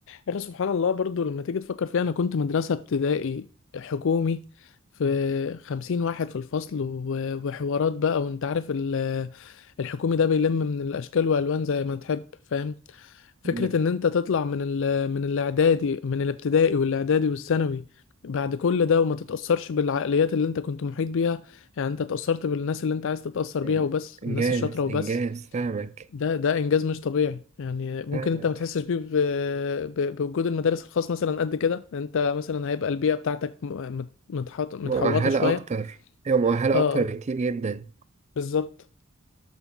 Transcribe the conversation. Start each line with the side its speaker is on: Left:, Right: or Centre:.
Left: يا اخي سبحان الله برضو لما تيجي تفكر فيها انا كنت مدرسه ابتدائي حكومي في خمسين واحد في الفصل و- وحوارات بقى وانت عارف ال الحكومي ده بيلم من الاشكال والوان زي ما تحب فاهم فكرة
Right: إن-
Left: ان انت تطلع من ال من الاعدادي من الابتدائي والاعدادي والثانوي بعد كل ده وما تتأثرش بالعقليات اللي انت كنت محيط بيها يعني انت اتأثرت بالناس اللي انت عايز تتأثر بيها
Right: إن-
Left: وبس
Right: إنجاز
Left: الناس الشاطرة وبس
Right: إنجاز فاهمك
Left: ده ده انجاز مش طبيعي يعني ممكن
Right: فاهمك
Left: انت ما تحسش بيه ب- ب- بوجود المدارس الخاص مثلا قد كده انت مثلا هيبقى البيئة بتاعتك م- مت- متحط متحوطة
Right: مؤهلة
Left: شوية
Right: أكتر هي مؤهلة
Left: اه
Right: أكتر
Left: اه
Right: بكتير جدا
Left: بالظبط